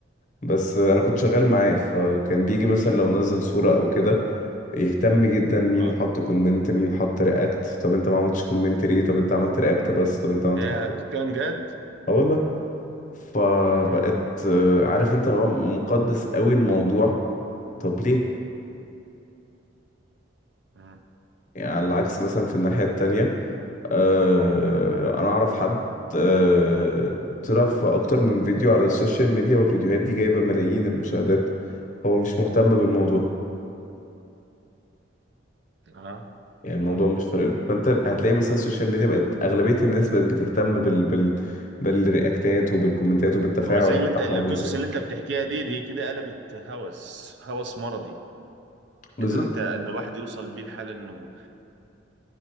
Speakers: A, on the left; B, on the right.
A: بس آه، انا كنت شغال معاه فكان بيجي مثلا لو نزل صورة او كده يهتم جدا مين
B: اه
A: حط كومنت مين حط رياكت طب انت ما عملتش كومنت ليه طب انت عملت رياكت بس طب انت عملت
B: يا
A: كومنت
B: بتتكلم
A: بس
B: جد
A: اه والله فبقت
B: امم
A: آه، عارف انت اللي هو مقدس قوي الموضوع طب ليه
B: امم
A: يعني على العكس مثلا في الناحية التانية آه، انا اعرف حد آه، طلع في اكتر من فيديو على السوشيال ميديا والفيديوهات دي جايبة ملايين المشاهدات هو مش مهتم بالموضوع
B: اه
A: يعني الموضوع
B: اه
A: مش فارق له فانت هتلاقي مثلا السوشيال ميديا بقت اغلبية الناس بقت بتهتم بال بال بالرياكتات وبالكومنتات وبالتفاعل
B: هو زي اللي
A: بتاعهم
B: انت القصص
A: عامل ازاي
B: اللي انت بتحكيها دي دي كده قلبت هوس هوس مرضي
A: بالظبط
B: ان انت ان الواحد يوصل بيه الحال انه